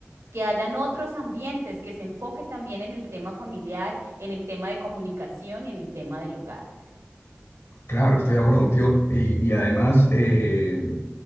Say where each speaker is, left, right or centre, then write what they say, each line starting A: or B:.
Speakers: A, on the right; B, on the left.
A: que hayan otros ambientes que se enfoque también en el tema familiar, en el tema de comunicación y en el tema del hogar.
B: Claro, estoy de acuerdo contigo. Y, y además, eh,